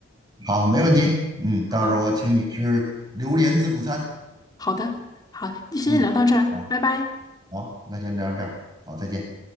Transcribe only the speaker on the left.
<laughs>
好。好的，好，那先聊到这儿，
拜拜。